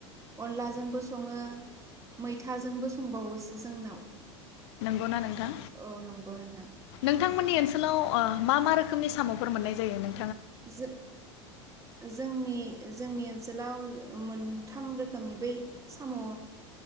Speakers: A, on the right (about 20°); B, on the left (about 65°).
A: अनलाजोंबो सङो मैथाजोंबो संबावोसो जोंनाव।
B: नंगौना नोंथां
A: औ नंगौ नोंथां
B: नोंथांमोननि ओनसोलाव ओ मा मा रोखोमनि साम'फोर मोननाय जायो नों
A: जो-जोंनि जोंनि ओनस सोलाव मोनथाम रोखोमनि बै साम'